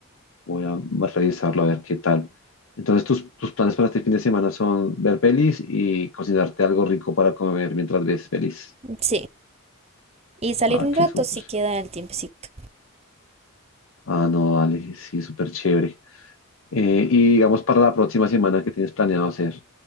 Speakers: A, on the left; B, on the right.
A: Voy a revisarlo a ver qué tal. Entonces, tus, tus planes para este fin de semana son ver pelis y cocinarte algo rico para comer mientras ves pelis.
B: Sí, y salir
A: Ah,
B: un
A: qué
B: rato
A: súper.
B: si queda el tiempecito.
A: Ah, no, dale, sí, súper chévere. Eh, y digamos para la próxima semana, ¿qué tienes planeado hacer?